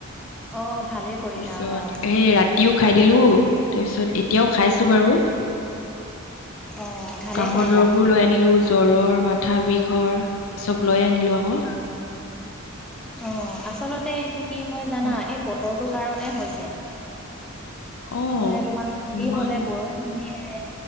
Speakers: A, in the centre; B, on the left.
A: অ ভালেই
B: ত
A: কৰিলা
B: পিছত
A: অ
B: এই ৰাত ৰাতিও খাই দিলো তাৰপিছত এতিয়াও খাইছো বাৰু।
A: অ ভালেই
B: কাহৰ
A: কৰিলা
B: দৰববোৰ লৈ আনিলো জ্বৰৰ মাথা বিষৰ চব লৈ আনিলো আকৌ।
A: অ আচলতে এইটো কি হয় জানা
B: বা-
A: এই বতৰটোৰ কাৰণে হৈছে।
B: অ
A: মানে তোমাৰ
B: ইমান
A: কি হলে বৰষুণ দিলে